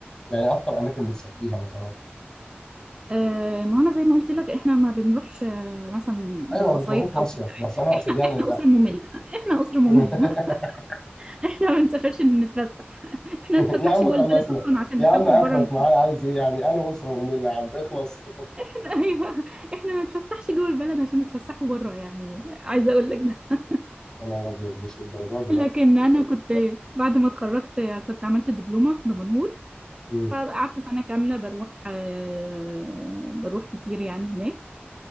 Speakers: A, on the left; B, on the right.
A: يعني اكتر اماكن بتسافريها مثلا
B: آه، ما هو انا زي ما قلت لك احنا ما بنروحش آه، مثلا مصايف
A: ايوه ما بتروحيش
B: او
A: مصيف
B: كده
A: بس انا اقصد
B: احنا احنا
A: يعني لا
B: اسره ممله احنا اسره ممله
A: <laughs>
B: <laughs> احنا ما بنسافرش نتفسح احنا
A: يا
B: ما نتفسحش
A: عم
B: جوه
A: خلصنا
B: البلد اصلا عشان
A: يا
B: نسافر
A: عم اخرك
B: بره نتفسح
A: معايا عايز ايه يعني انا اسره ممله يا عم اخلص
B: احنا ايوه احنا ما نتفسحش جوه البلد عشان نتفسحوا بره يعني عايزه اقول لك ده
A: <laughs> يا نهار ابيض مش الدرجه دي لا
B: لكن انا كنت بعد ما اتخرجت كنت عملت دبلومه في دمنهور
A: امم
B: فقعدت سنه كامله بروح آه، بروح كتير يعني هناك